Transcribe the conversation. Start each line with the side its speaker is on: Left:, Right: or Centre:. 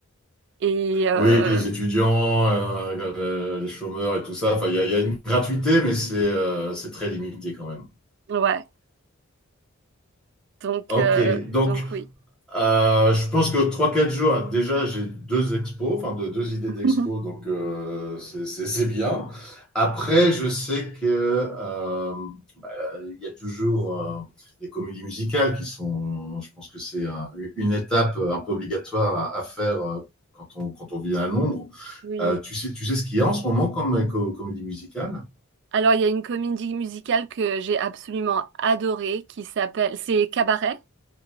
Right: Et euh,
Centre: Oui, les étudiants, euh, euh, les chômeurs et tout ça, enfin, il y a, il y a une gratuité, mais c'est euh, c'est très limité quand même.
Right: ouais, donc,
Centre: Ok,
Right: euh,
Centre: donc
Right: donc oui.
Centre: euh, je pense que trois quatre jours, hein, déjà j'ai deux expos, enfin deux, deux idées
Right: <laughs>
Centre: d'expos, donc euh, c'est c'est- c'est bien. Après, je sais que euh, Euh, il y a toujours euh, les comédies musicales qui sont, je pense que c'est un, une étape euh, un peu obligatoire à, à faire euh, quand on, quand on vit à Londres.
Right: Oui.
Centre: Euh, tu, sais, tu sais ce qu'il y a en ce moment comme com comédie musicale
Right: Alors, il y a une comédie musicale que j'ai absolument adorée qui s'appelle, c'est Cabaret.